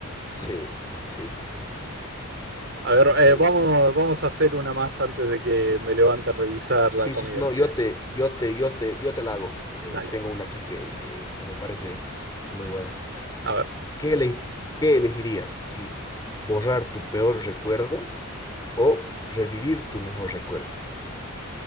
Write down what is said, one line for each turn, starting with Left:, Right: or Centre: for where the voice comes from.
Left: Sí, sí, sí, sí.
Right: A ver, eh,
Left: Muy
Right: vamos,
Left: bien.
Right: vamos a hacer una más antes de que me levante a revisar
Left: Sí,
Right: la comida.
Left: sí, no, yo te, yo te, yo te, yo te la hago. Eh,
Right: Dale,
Left: tengo una aquí que, que, que me parece muy buena.
Right: a ver.
Left: ¿Qué, ele- qué elegirías? Si borrar tu peor recuerdo o revivir tu mejor recuerdo.